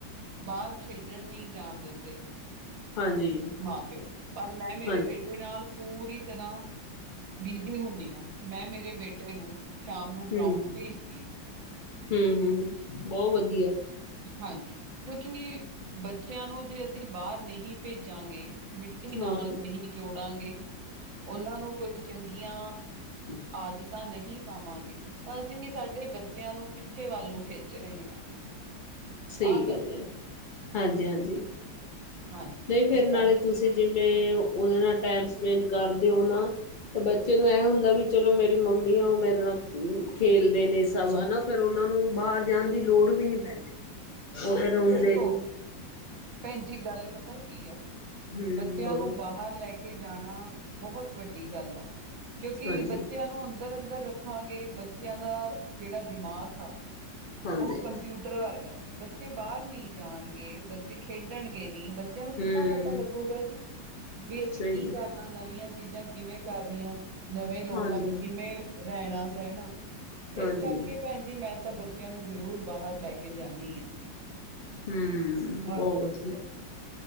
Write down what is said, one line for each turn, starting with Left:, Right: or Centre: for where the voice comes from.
Right: ਬਾਹਰ ਖੇਡਣ ਨਹੀਂ ਜਾਣ ਦਿੰਦੇ।
Left: ਹਾਂਜੀ
Right: ਮਾਂ- ਪਿਓ। ਪਰ ਮੈਂ ਮੇਰੇ
Left: ਹਾਂ
Right: ਬੇਟੇ ਦੇ ਨਾਲ ਪੂਰੀ ਤਰ੍ਹਾਂ ਬਿਜੀ ਹੁੰਦੀਆਂ। ਮੈਂ ਮੇਰੇ ਬੇਟੇ ਨੂੰ ਸ਼ਾਮ ਨੂੰ ਗਰਾਊਂਡ
Left: ਹਮ
Right: ਭੇਜਦੀ ਹਾਂ।
Left: ਹਮ- ਹਮ ਹ ਬਹੁਤ ਵਧੀਆ।
Right: ਹਾਂਜੀ ਕਿਉਂਕਿ ਬੱਚਿਆਂ ਨੂੰ ਜੇ ਅਸੀਂ ਬਾਹਰ ਨਹੀਂ ਭੇਜਾਂਗੇ। ਮਿੱਟੀ ਨਾਲ
Left: ਹਾਂ ਹਾਂ
Right: ਨਹੀਂ ਜੋੜਾਂਗੇ। ਉਹਨਾਂ ਨੂੰ ਕੋਈ ਚੰਗੀਆਂ
Left: ਹਠ
Right: ਆਦਤਾਂ ਨਹੀਂ ਪਾਵਾਂਗੇ। ਤਾਂ ਅਸੀਂ ਸਾਡੇ ਬੱਚਿਆਂ ਨੂੰ ਪਿੱਛੇ ਵੱਲ ਨੂੰ ਖਿੱਚ ਰਹੇ ਹਾਂ।
Left: ਸਹੀ
Right: ਆਹ
Left: ਗੱਲ ਹੈ।
Right: ਆ ਜੀ,
Left: ਹਾਂਜੀ -ਹਾਂਜੀ।
Right: ਹਾਂਜੀ,
Left: ਨਹੀਂ, ਫਿਰ
Right: ਇਸ
Left: ਨਾਲੇ
Right: ਕਰਕੇ
Left: ਤੁਸੀਂ ਜਿਵੇਂ ਉਹਦੇ ਨਾਲ ਟਮ ਸਪੈਂਡ ਕਰਦੇ ਹੋ ਨਾ। ਤੇ ਬੱਚੇ ਨੂੰ ਇਹ ਹੁੰਦਾ ਵੀ ਚਲੋ ਮੇਰੀ ਮੰਮੀ ਆ ਉਹ ਮੇਰੇ ਨਾਲ ਖੇਲਦੇ ਨੇ ਸਭ ਹਨਾ। ਫੇਰ ਉਹਨਾ ਨੂੰ ਬਾਹਰ ਜਾਣ ਦੀ ਲੋੜ ਵੀ ਨੀ ਪੈਂਦੀ। ਉਹ
Right: ਭੈਣ
Left: ਫੇਰ
Right: ਜੀ
Left: ਆਉਣਦੇ
Right: ਦੇਖੋ,
Left: ਨੇ।
Right: ਭੈਣ ਜੀ ਗੱਲ ਪਤਾ ਕੀ ਆ।
Left: ਹਮ
Right: ਬੱਚਿਆਂ
Left: ਬੋਲੋ
Right: ਨੂੰ ਬਾਹਰ ਲੈ ਕੇ ਜਾਣਾ। ਬਹੁਤ ਵੱਡੀ ਗੱਲ ਆ। ਕਿਉਂਕਿ
Left: ਹਾਂਜੀ
Right: ਬੱਚਿਆਂ ਨੂੰ ਅੰਦਰ- ਅੰਦਰ ਰੱਖ ਦੇਖਾਂਗੇ। ਬੱਚਿਆਂ ਦਾ ਜਿਹੜਾ ਦਿਮਾਗ ਆ
Left: ਹਾਂਜੀ
Right: ਉਹ ਕੰਪਿਊਟਰ ਵਰਗਾ। ਬੱਚੇ ਬਾਹਰ ਨਹੀਂ ਜਾਣਗੇ, ਬੱਚੇ ਖੇਡਣਗੇ ਨਹੀਂ, ਬਚਿਆਂ ਨੂੰ ਕਿੱਦਾਂ
Left: ਹਮ
Right: ਪਤਾ ਲੱਗੇਗਾ। ਜੀਵੀ ਅਸੀਂ
Left: ਸਹੀ
Right: ਕੀ
Left: ਹੈ
Right: ਕਰ ਨਵੀਆਂ ਚੀਜ਼ਾਂ ਕਿਵੇਂ ਕਰਨੀਆਂ, ਨਵੇਂ ਲੋਕਾਂ
Left: ਹਾਂਜੀ
Right: ਚ' ਕਿਵੇਂ ਰਹਿਣਾ -ਸਹਿਣਾ।
Left: ਹਾਂਜੀ
Right: ਇਸ ਕਰਕੇ ਭੈਣ ਜੀ ਮੈਂ ਤਾਂ ਬੱਚਿਆਂ ਨੂੰ ਜ਼ਰੂਰ ਬਾਹਰ ਲੈ ਕੇ ਜਾਂਦੀ ਹਾਂ।
Left: ਹਮ,
Right: ਆਹ
Left: ਬਹੁਤ
Right: ਗੱਲ
Left: ਵਧੀਆ।
Right: ਹੈ।